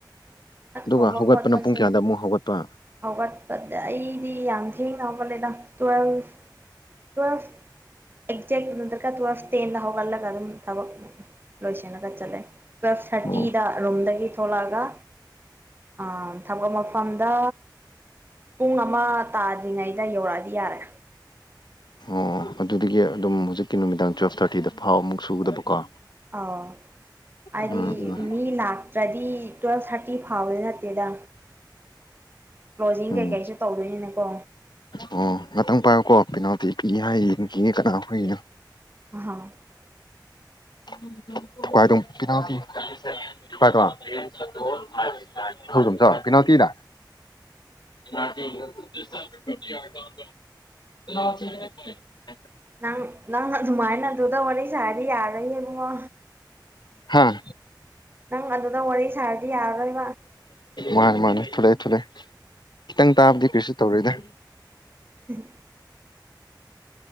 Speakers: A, on the left; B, on the right.
A: ꯑꯗꯨꯒ
B: ꯍꯣꯝꯋꯥꯛ
A: ꯍꯧꯒꯠꯄꯅ
B: ꯈꯠꯄꯁꯤꯅꯦ
A: ꯄꯨꯡ ꯀꯌꯥꯗ ꯑꯃꯨꯛ ꯍꯧꯒꯠꯄ
B: ꯍꯧꯒꯠ ꯑꯩꯗꯤ ꯌꯥꯝ ꯊꯦꯡꯅ ꯍꯧꯒꯠꯂꯦꯗ ꯇꯨꯋꯦꯜꯐ ꯇꯨꯋꯦꯜꯐ ꯑꯦꯛꯖꯦꯛ ꯅꯠꯇ꯭ꯔꯒ ꯇꯨꯋꯦꯜꯚ ꯇꯦꯟꯗ ꯍꯧꯒꯠꯂꯒ ꯑꯗꯨꯝ ꯊꯕꯛ ꯂꯣꯏꯁꯂꯒ ꯆꯠꯂꯦ ꯇꯨꯋꯦꯜꯐ ꯊꯥꫪꯇꯤꯗ
A: ꯑꯣ
B: ꯔꯨꯝꯗꯒꯤ ꯊꯣꯛꯂꯛꯑꯒ ꯑꯥ ꯊꯕꯛ ꯃꯐꯝꯗ ꯄꯨꯡ ꯑꯃ ꯇꯥꯗ꯭ꯔꯤꯉꯩꯗ ꯌꯧꯔꯛꯑꯗꯤ ꯌꯥꯔꯦ
A: ꯑꯣ ꯑꯣ ꯑꯗꯨꯗꯒꯤ ꯑꯗꯨꯝ ꯍꯧꯖꯤꯛꯀꯤ ꯅꯨꯃꯤꯗꯥꯡ ꯇꯨꯋꯦꯜꯚ ꯊꯥꫪꯇꯤꯗ ꯐꯥꯎ ꯑꯃꯨꯛ ꯁꯨꯒꯗꯕꯀꯣ
B: ꯑꯥꯎ ꯍꯥꯏꯗꯤ
A: ꯎꯝ ꯎꯝ
B: ꯃꯤ ꯂꯥꯛꯇ꯭ꯔꯗꯤ ꯇꯨꯋꯦꯜꯚ ꯊꯥꫪꯇꯤ ꯇꯤ ꯐꯥꯎꯕꯗꯤ ꯅꯠꯇꯦꯗ ꯀ꯭ꯂꯣꯖꯤꯡ
A: ꯎꯝ
B: ꯀꯩꯀꯩꯁꯨ ꯇꯧꯗꯣꯏꯅꯤꯅꯀꯣ
A: ꯑꯣ
B: ꯑꯗꯨꯒꯤ
A: ꯉꯥꯛꯇꯪ ꯄꯥꯏꯌꯨꯀꯣ <unintelligible> ꯀꯅꯥ ꯈꯣꯏꯒꯤꯅꯣ
B: <unintelligible>
A: <unintelligible> <unintelligible> ꯄꯦꯅꯥꯜꯇꯤꯔ
B: <inaudible>
A: <unintelligible>
B: ꯅꯪ ꯅꯪ ꯑꯗꯨꯃꯥꯏꯅ ꯑꯗꯨꯗ ꯋꯥꯔꯤ ꯁꯥꯔꯗꯤ ꯌꯥꯔꯔꫭꯏꯌꯦ ꯏꯕꯨꯡꯉꯣ
A: ꯍꯥꯥ
B: ꯅꯪ ꯑꯗꯨꯗ ꯋꯥꯔꯤꯁ ꯁꯥꯥꯔꯗꯤ ꯌꯥꯔꯔꫭꯏ
A: ꯃꯥꯅꯤ ꯃꯥꯅꯤ ꯊꯂꯛꯑꯦ ꯊ ꯊꯣꯛꯂꯛꯑꯦ ꯈꯤꯇꯪ ꯇꯥꯕꯗꯤ ꯀꯔꯤꯁꯨ ꯇꯧꯔꯣꯏꯗ
B: <unintelligible>